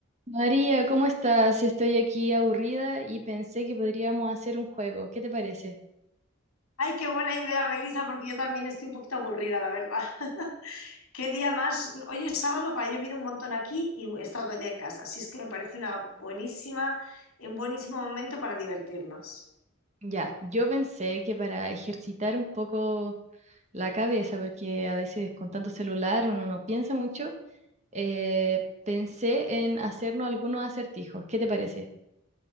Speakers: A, on the right; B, on the left.
A: María, ¿cómo estás? Estoy aquí aburrida y pensé que podríamos hacer un juego. ¿Qué te parece?
B: Ay, qué buena idea, Melissa, porque yo también estoy un poquito aburrida, la verdad. <laughs> ¿Qué día más? Hoy es sábado, que ha llovido un montón aquí y he estado todo el día en casa. Así es que me parece una buenísima, un buenísimo momento para divertirnos.
A: Ya, yo pensé que para ejercitar un poco la cabeza, porque a veces con tanto celular uno no piensa mucho, eh, pensé en hacernos algunos acertijos. ¿Qué te parece? <laughs>